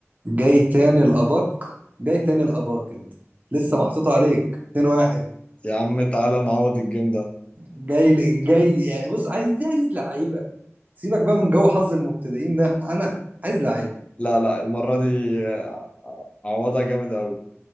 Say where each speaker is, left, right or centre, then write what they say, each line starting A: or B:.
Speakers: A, on the right (about 35°); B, on the left (about 25°).
A: جاي تاني الأدق جاي تاني الأدق أنت لسه
B: يا
A: محطوط عليك 2-1
B: عم تعالى نعوض الجيم ده
A: جاي ل- جاي يعني بص عايز عايز لعيبة سيبك بقى من جو حظ المبتدئين ده أنا عايز لعيبة
B: لا لا المرة دي آه، عوضها جامد قوي